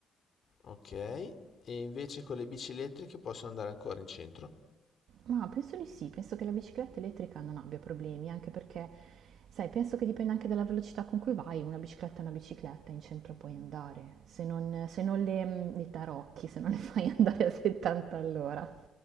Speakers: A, on the left; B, on the right.
A: Ok, e invece con le bici elettriche posso andare ancora in centro?
B: Ma penso di sì, penso che la bicicletta elettrica non abbia problemi, anche perché, sai, penso che dipenda anche dalla velocità con cui vai, una bicicletta è una bicicletta, in centro puoi andare, se non, se non le, mm, le tarocchi, se non le <laughs> fai andare a 70 all'ora.